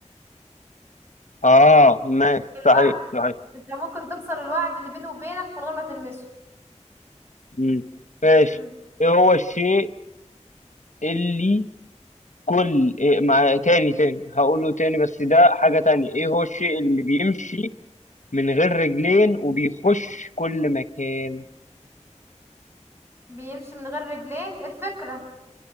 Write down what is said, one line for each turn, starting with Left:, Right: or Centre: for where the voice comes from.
Left: اه ماشي
Right: الوعد
Left: صحيح صحيح
Right: انت ممكن تكسر الوعد اللي بينه وبينك من غير ما تلمسه
Left: مم. ماشي
Right: مم.
Left: ايه هو الشيء اللي كل إيه مع تاني تاني هقوله تاني بس ده حاجة تانية ايه هو الشيء اللي بيمشي من غير رجلين وبيخش كل مكان
Right: بيمشي من غير رجلين الفكرة